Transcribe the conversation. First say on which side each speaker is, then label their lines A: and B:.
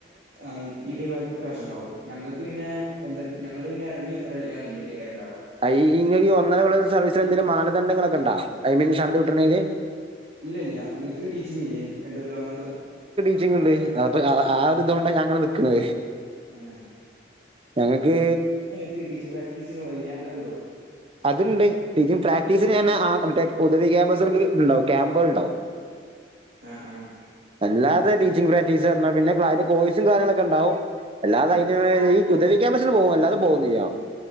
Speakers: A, on the right; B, on the right.
A: ആഹ് ഇ ടീമാര്ക്ക് പ്രാവശ്യം ഉണ്ടാവും ഞങ്ങൾക്ക് പിന്നെ ഒന്ന ഞങ്ങള് പിന്നെ ഇങ്ങി ഒന്നര ല്ല കായിഞ്ഞിട്ടേ കാരംണ്ടാവ
B: അയി ഈ ഈ ഒന്നരകൊല്ലത്തെ സർവീസിൽ എന്തെലും മാനദണ്ഡങ്ങളൊക്കെ ഉണ്ടോ ഐ മീൻ സനത് കിട്ട്ണീന്
A: ഇല്ല ഇല്ല നിങ്ങൾക്ക് ടീച്ചിഗ് ഇല്ലേ രണ്ട് കൊല്ലോ അങ്ങനന്തോ
B: ച്ചിങ്ങ്ണ്ട് അത് ആഹ് ആഹ് ഒരു
A: ആ
B: ഇതോണ്ടാ ഞാ ഇങ്ങനെ നിക്ക്ണെ
A: ആ
B: ഞങ്ങക്ക്
A: ടി ടി സി പ്രാക്ടീസിനോവേല്ല അഹ്ണ്ടോ
B: അത്ണ്ട് ടീച്ചിങ് പ്രാക്ടീസിന്ങ്ങനെ ആഹ് മറ്റേ ഹുദവി ക്യാമ്പസ്കൾക്ക് ഇണ്ടാവും ക്യാമ്പള്ണ്ടാവും
A: ആഹ് ആഹ്
B: അല്ലാതെ ടീച്ചിംഗ് പ്രാക്ടീസർഞ്ഞാ പിന്നെ ക്ലാ അയിന്റെ കോഴ്സും കാര്യങ്ങളൊക്കെ ഇണ്ടാവും അല്ലാതെ അയിന് വേ ഈ ഹുദവി ക്യാമ്പസിന് പോവും അല്ലാതെ പോവൊന്നില്ല